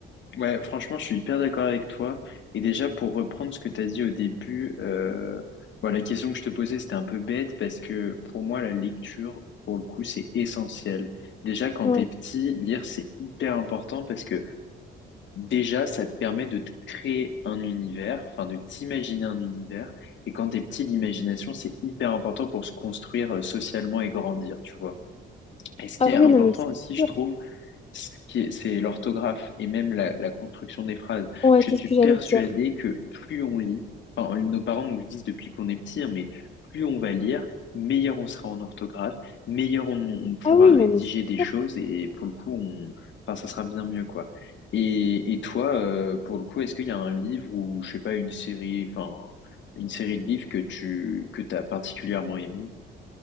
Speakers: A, on the left; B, on the left.
A: Ouais, franchement, je suis hyper d'accord avec toi. Et déjà, pour reprendre ce que tu as dit au début, euh, bon, la question que je te posais, c'était un peu bête parce que pour moi, la lecture, pour le coup, c'est essentiel. Déjà, quand
B: Ouais.
A: t'es petit, lire, c'est hyper important parce que Déjà, ça te permet de te créer un univers, enfin de t'imaginer un univers. Et quand t'es petit, l'imagination, c'est hyper important pour se construire euh, socialement et grandir, tu vois. Et ce qui
B: Ah
A: est important
B: oui, non, mais c'est
A: aussi,
B: sûr.
A: je trouve, ce qui est- c'est l'orthographe et même la, la construction des phrases.
B: Ouais,
A: Je
B: c'est
A: suis
B: ce que
A: persuadé
B: j'allais te dire.
A: que plus on lit, enfin, nos parents nous le disent depuis qu'on est petit, hein, mais plus on va lire, meilleur on sera en orthographe, meilleur on, on pourra
B: Ah oui,
A: rédiger
B: non, mais c'est
A: des choses
B: sûr.
A: et pour le coup, on, enfin, ça sera bien mieux, quoi. Et, et toi, euh, pour le coup, est-ce qu'il y a un livre ou, je sais pas, une série, enfin, une série de livres que tu, que t'as particulièrement aimé?